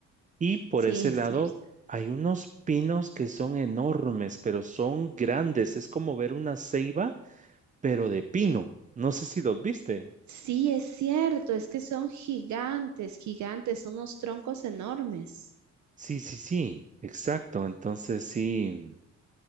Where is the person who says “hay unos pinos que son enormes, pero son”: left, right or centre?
Right